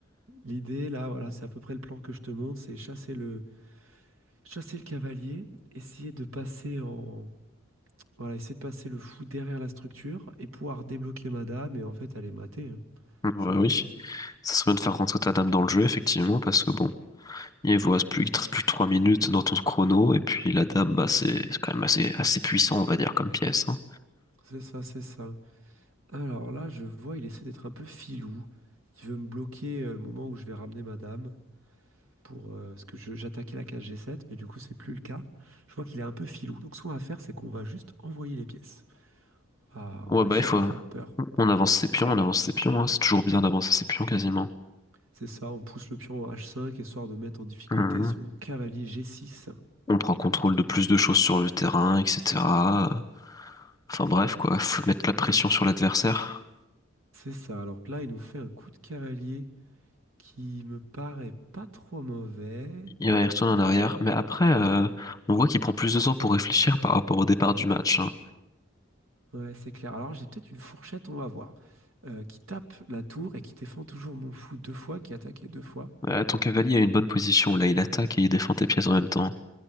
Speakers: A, on the right; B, on the left.
A: L'idée, là, voilà, c'est à peu près le plan que je te montre, c'est chasser le, chasser le cavalier, essayer de passer en, voilà, essayer de passer le fou derrière la structure et pouvoir débloquer Madame et en fait aller mater. hein.
B: Ouais,
A: C'est l'idée.
B: oui.
A: hein.
B: Ça serait bien de faire rentrer ta dame dans le jeu, effectivement, parce que bon... Il vous reste plus, il te reste plus que 3 minutes dans ton chrono, et puis la dame, bah, c'est c'est quand même assez, assez puissant, on va dire, comme pièce, hein.
A: C'est ça, c'est ça. Alors là, je vois, il essaie d'être un peu filou. Il veut me bloquer euh, le moment où je vais ramener Madame. pour euh, parce que je- j'attaquais la case G7, mais du coup c'est plus le cas. Je vois qu'il est un peu filou. Donc ce qu'on va faire, c'est qu'on va juste envoyer les pièces. Ah,
B: Ouais,
A: on va
B: bah,
A: essayer
B: il faut,
A: de le faire peur.
B: on avance ses pions, on avance ses pions, hein. C'est toujours bien d'avancer ses pions, quasiment.
A: C'est ça, on pousse le pion en H5 histoire de mettre en difficulté
B: Mhm.
A: son cavalier G6.
B: On prend contrôle de plus de choses sur le terrain, etc. Enfin bref, quoi, faut mettre la pression sur l'adversaire.
A: C'est ça. Alors là, il nous fait un coup de cavalier qui me paraît pas trop mauvais.
B: Il va y retourner en arrière, mais après, euh, on voit qu'il prend plus de temps pour réfléchir par rapport au départ du match. hein.
A: Ouais, c'est clair. Alors j'ai peut-être une fourchette, on va voir. euh, qui tape la tour et qui défend toujours mon fou deux fois, qui attaquait deux fois.
B: Euh, ton cavalier a une bonne position là, il attaque et il défend tes pièces en même temps.